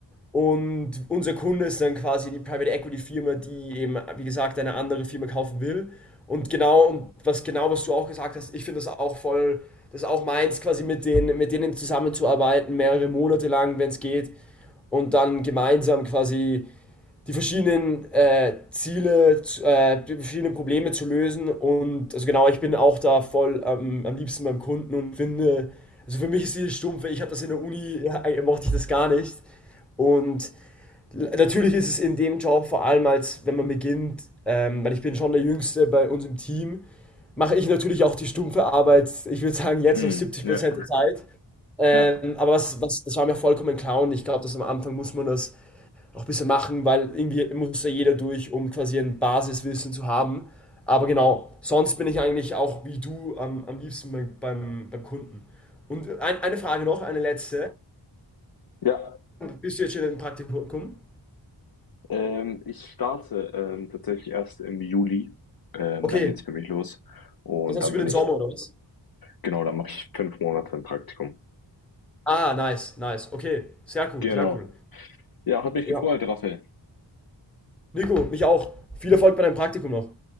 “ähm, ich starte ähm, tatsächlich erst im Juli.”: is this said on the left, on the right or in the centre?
Left